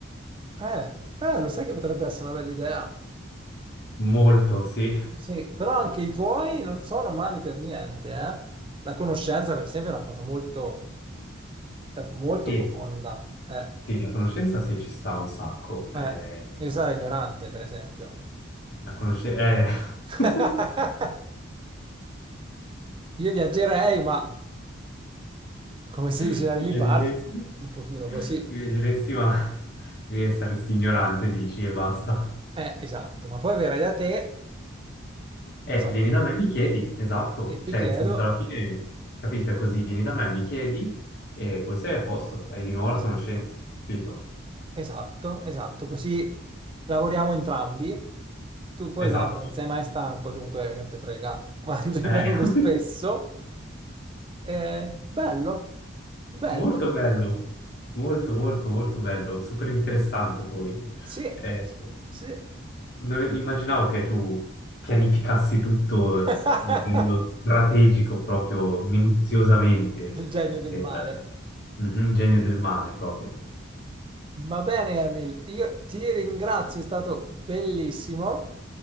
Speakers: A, on the right; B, on the left.
A: eh, eh, lo sai che potrebbe essere una bella idea?
B: molto sì,
A: Sì, però anche i tuoi non sono mali per niente, eh? La conoscenza, per esempio, è una cosa molto, eh, molto
B: e
A: profonda. eh.
B: sì, la conoscenza sì ci sta un sacco,
A: Eh,
B: Eh,
A: devi stare ignorante, per esempio.
B: la conoscenza,
A: <laughs>
B: <laughs>
A: Io viaggerei, ma come si
B: Tu
A: dice dalle mie
B: viaggeresti,
A: parti, un pochino così.
B: Tu viaggeresti ma <laughs> saresti ignorante, dici e basta.
A: Eh, esatto, ma poi verrai da te,
B: Eh,
A: un sacco,
B: vieni da me e mi chiedi, esatto,
A: e, e ti
B: cioè
A: chiedo,
B: in senso alla fine, capito, è così, vieni da me, mi chiedi e poi sei a posto, hai di nuovo la
A: esatto,
B: conoscenza, capito?
A: esatto, esatto, così lavoriamo entrambi. Tu poi
B: Esatto.
A: tanto non sei mai stanco, dunque che te frega, <laughs> Vado-
B: Eh.
A: vengo
B: <laughs>
A: spesso. Eh, bello, bello,
B: Molto bello, molto molto molto bello, super interessante poi.
A: sì,
B: Eh,
A: sì. sì.
B: non immaginavo che tu pianificassi tutto
A: <laughs>
B: a livello strategico proprio minuziosamente
A: Il genio del
B: per
A: male.
B: un genio del mare proprio,
A: Va bene, Emil, io ti ringrazio, è stato bellissimo